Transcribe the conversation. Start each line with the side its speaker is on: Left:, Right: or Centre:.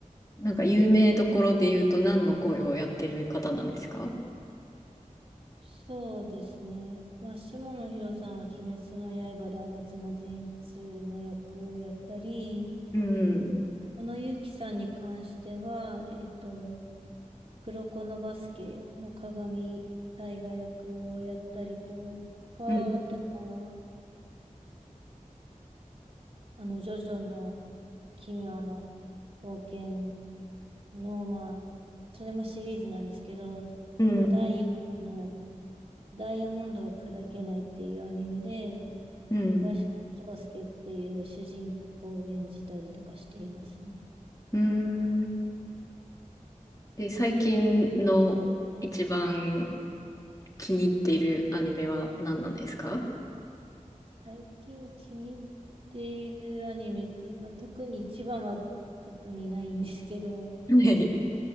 Left: なんか有名どころで言うと何の声をやってる方なんですか
Right: そうですね。まあ、下野紘さんは鬼滅の刃で吾妻善逸の役をやったり、
Left: うん。
Right: 小野ゆきさんに関しては、えっと、黒子のバスケの鏡大河役をやったりとか、
Left: うん。
Right: あとは、あの、ジョジョの奇妙の冒険の、まあ、それもシリーズなんですけど、その第4の
Left: うん。
Right: ダイヤモンドは砕けないっていうアニメで、
Left: うん。
Right: 東川翔介っていう主人公を演じたりとかしていますね。
Left: うんで、最近の一番気に入っているアニメは何なんですか
Right: 最近気に入っているアニメって、まあ、特に一番は特にないんですけど、
Left: はい。